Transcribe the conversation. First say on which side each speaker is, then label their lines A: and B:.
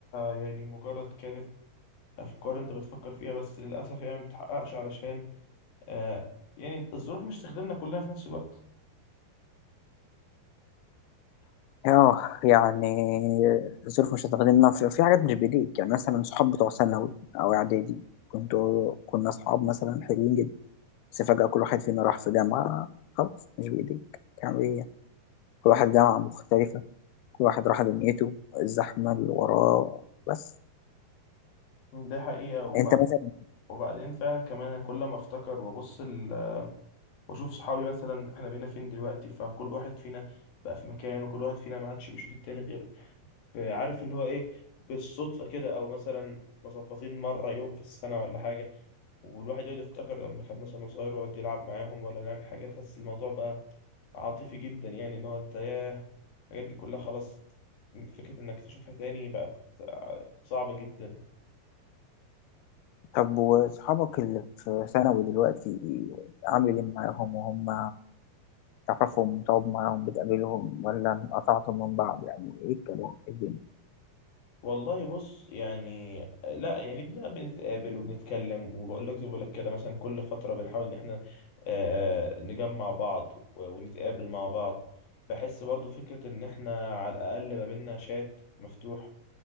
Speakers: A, on the left (about 65°); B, on the left (about 80°).
A: يعني مجرد كانت أفكار أنت بتفكر فيها بس للأسف يعني ما بتحققش علشان آه يعني الظروف مش تخدمنا كلنا في نفس الوقت
B: اه يعني الظروف مش هتخدمنا في في حاجات مش بإيديك يعني مثلا صحاب بتوع ثانوي أو إعدادي كنتوا كنا أصحاب مثلا حلوين جدا بس فجأة كل واحد فينا راح في جامعة خلاص مش بإيديك تعمل إيه يعني؟ كل واحد جامعة مختلفة كل واحد راح دنيته الزحمة اللي وراه بس
A: ده حقيقة وبعد
B: أنت مثلا
A: وبعدين فعلا كمان أنا كل ما افتكر وابص ال... واشوف صحابي مثلا احنا بقينا فين دلوقتي فكل واحد فينا بقى في مكان وكل واحد فينا ما عادش بيشوف التاني غير عارف اللي هو ايه بالصدفة كده او مثلا مظبطين مرة يوم في السنة ولا حاجة والواحد يقعد يفتكر لما كان مثلا صغير ويقعد يلعب معاهم ولا نعمل حاجة تحس الموضوع بقى عاطفي جدا يعني ان هو انت ياه الحاجات دي كلها خلاص فكرة انك تشوفها تاني بقت صعبة جدا
B: طب وأصحابك اللي في ثانوي دلوقتي عامل إيه معاهم وهم تعرفهم تقعد معاهم بتقابلهم ولا انقطعتم من بعض يعني إيه الكلام إيه الدنيا؟
A: والله بص يعني آه، لا يعني بنبقى بنتقابل وبنتكلم وبقول لك زي بقول لك كده مثلا كل فترة بنحاول ان احنا آه، نجمع بعض و- ونتقابل مع بعض بحس برضو فكرة ان احنا على الاقل ما بينا شات مفتوح